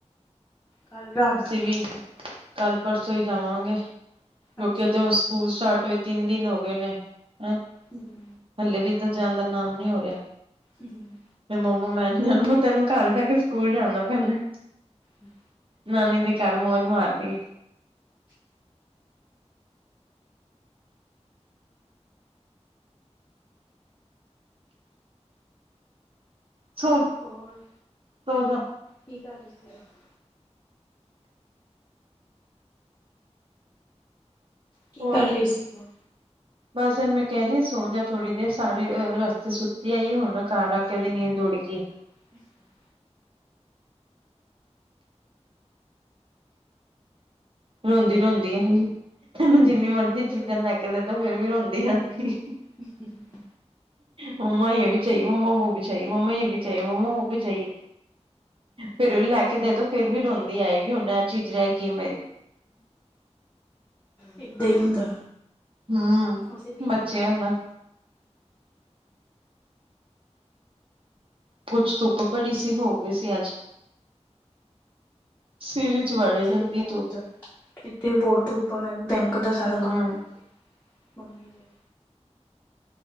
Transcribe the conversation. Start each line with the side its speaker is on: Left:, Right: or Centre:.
Left: ਕੱਲ ਰਾਤ
Right: ਅਸੀਂ
Left: ਤੱਕ
Right: ਵੀ
Left: ਕਜੁਗਾ।
Right: ਕੱਲ ਪਰਸੋਂ ਹੀ ਜਾਵਾਂਗੇ ਕਿਉਕਿ
Left: ਅੱਛਾ
Right: ਉਹਦੇ ਹ ਸਕੂਲ ਸਟਾਰਟ ਹੋਏ ਤਿੰਨ ਦਿਨ ਹੋ ਗਏ ਨੇ ਹੈਂ
Left: ਹਮ।
Right: ਹਲੇ ਵੀ ਇਦਾਂ ਜਾਣ ਦਾ ਨਾਮ ਨੀ ਹੋ ਰਿਹਾ।
Left: ਹਮ।
Right: ਤੇ ਮੰਮਾ ਮੈਂ ਨੀ ਜਾਣਾ ਨੂੰ ਤੈਨੂੰ ਘਰ ਜਾ ਕੇ ਸਕੂਲ ਜਾਣਾ ਪੈਣਾ।
Left: ਹਮ
Right: ਨਾਨੀ ਦੇ ਘਰ ਮੌਜ ਮਾਰਦੀ ਸੋ
Left: ਹੋਰ
Right: ਸੌਜਾ।
Left: ਕੀ ਕਰ ਰਹੀ ਸੀ ਤੂ ਅੱਜ। ਕੀ
Right: ਹੋਰ
Left: ਕਰ ਰਹੀ ਸੀ ਤੂ।
Right: ਬਸ ਇਹਨੂੰ ਮੈਂ ਕਹਿ ਰਹੀ ਸੋ ਜਾ ਆ ਥੋੜੀ ਦੇਰ ਸਾਰੇ ਰਸਤੇ ਸੁੱਤੀ ਆਈ ਹੁਣ ਘਰ ਆ ਕੇ ਉਹਦੀ ਨੀਂਦ ਉੱੜ ਗਈ।
Left: ਹਮ <inaudible>
Right: ਰੋਂਦੀ ਰੋਂਦੀ ਆਈ ਏ ਇਹਨੂੰ ਜਿੰਨੀ ਮਰਜ਼ੀ ਚੀਜ਼ਾਂ
Left: ਕਿਉਂ
Right: ਲੈ ਕੇ ਦੇਦੋ ਫਿਰ ਵੀ ਰੋਂਦੀ ਆਂਦੀ।
Left: ਜੀ ਜੀ ਜੀ <inaudible>
Right: ਮੰਮਾ ਇਹ ਵੀ ਚਾਹੀਏ ਮੰਮਾ ਵੋ ਬੀ ਵੀ ਚਾਹੀਏ ਮੰਮਾ ਇਹ ਵੀ ਚਾਹੀਏ ਮੰਮਾ ਵ ਵੀ ਚਾਹੀਏ, ਫਿਰ ਲੈ ਕੇ ਦੇ ਦੋ ਫਿਰ ਵੀ ਰੋਂਦੀ ਆਏਗੀ, ਉਹਨੇ ਇਹ ਚੀਜ਼ ਰਹਿ ਗਈ ਮੇਰੀ
Left: ਏਦਾਂ ਹੀ ਹੁੰਦਾ
Right: ਹਮ
Left: ਅਸੀਂ ਵੀ ਏਦਾਂ
Right: ਬੱਚਿਆ
Left: ਹੀ ਸੀਗੇ
Right: ਦਾ। ਕੁੱਝ ਧੁੱਪ ਬੜੀ ਸੀ ਹੋ ਗਈ ਸੀ ਅੱਜ। ਸਿਰ
Left: ਹਮ
Right: ਚ ਵੜੀ
Left: ਇੱਥੇ
Right: ਜਾਂਦੀ
Left: ਵੀ ਬਹੁਤ
Right: ਤੂ
Left: ਇੱਥੇ ਬਹੁਤ ਧੂਪ ਆ ਮੈਂ ਵੀ ਬੈਂਕ ਦਾ ਸਾਰਾ
Right: ਹੂੰ
Left: ਕੰਮ ਕਰਕੇ ਮੰਮੀ ਦੇ